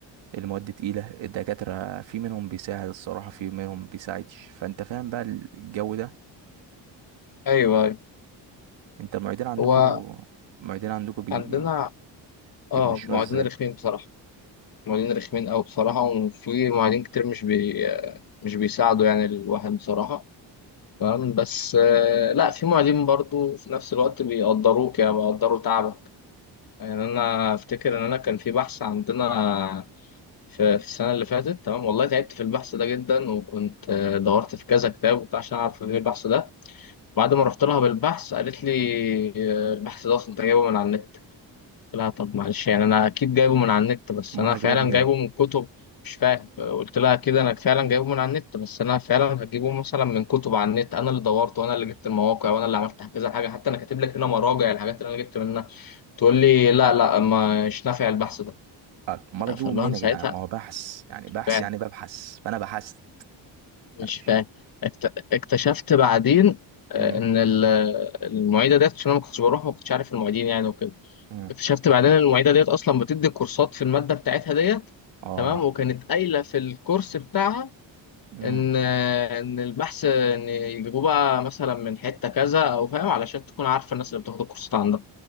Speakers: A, on the right; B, on the left.
A: المواد تقيلة الدكاترة في منهم بيساعد الصراحة في منهم بيساعدش فأنت فاهم بقى الجو ده
B: أيوه أيوه
A: أنت المعيدين عندكوا
B: هو
A: المعيدين عندكوا بي
B: عندنا
A: بي بيمشوها
B: آه معيدين
A: ازاي
B: رخمين بصراحة معيدين رخمين أوي بصراحة وفي معيدين كتير مش بي مش بيساعدوا يعني الواحد بصراحة تمام بس آه، لا في معيدين برضو في نفس الوقت بيقدروك يعني بيقدروا تعبك يعني أنا أفتكر إن أنا كان في بحث عندنا في في السنة اللي فاتت تمام والله تعبت في البحث ده جدا وكنت آه، دورت في كذا كتاب وبتاع عشان أعرف إيه البحث ده بعد ما رحت لها بالبحث قالت لي آه، البحث ده أصلا أنت جايبه من على النت لا طب معلش يعني انا اكيد جايبه من على النت بس
A: أمال
B: انا
A: هجيبه
B: فعلا
A: منين
B: جايبه من كتب مش فاهم قلت لها كده انا فعلا جايبه من على النت بس انا فعلا هجيبه مثلا من كتب على النت انا اللي دورت وانا اللي جبت المواقع وانا اللي عملت كذا حاجه حتى انا كاتب لك هنا مراجع الحاجات اللي انا جبت منها تقول لي لا لا مش نافع البحث ده
A: آه، أمال هجيبه
B: فاللي
A: منين
B: هو انا
A: يا
B: ساعتها
A: جدعان ما هو بحث يعني بحث
B: فاهم
A: يعني ببحث فأنا بحثت
B: مش
A: لا، مش
B: فاهم اكت- اكتشفت بعدين آه،
A: مم.
B: ان ال- المعيده ديت عشان انا ما كنتش بروح ما كنتش عارف المعيدين يعني وكده
A: مم.
B: اكتشفت بعدين إن المعيده ديت اصلا بتدي كورسات في الماده بتاعتها ديت
A: اه
B: تمام وكانت قايله في الكورس بتاعها
A: مم.
B: ان ان البحث ان يجيبوه بقى مثلا من حته كذا او فاهم علشان تكون عارفه الناس اللي بتاخد الكورسات عندها